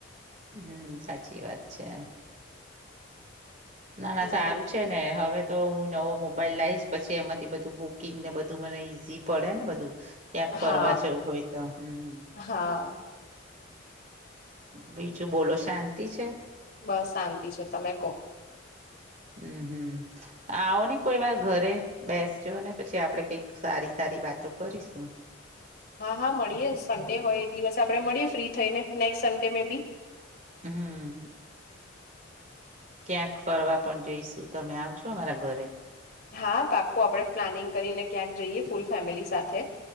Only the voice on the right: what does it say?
હમ સાચી વાત છે ના ના
સારું છે ને હવે તો હું નવો મોબાઈલ લાઈશ પછી એમાંથી બધું બુકિંગ ને બધું મને ઈઝી પડે ને બધું ક્યાંક ફરવા
જવું હોય તો હમ.
બીજું બોલો શાંતિ છે?
હમ હમ. આવો ને કોઈ વાર ઘરે બેસજો ને પછી આપડે કઈક સારી સારી વાતો કરીશું.
હમ ક્યાંક ફરવા પણ જઈશું તમે આવજો અમારા ઘરે.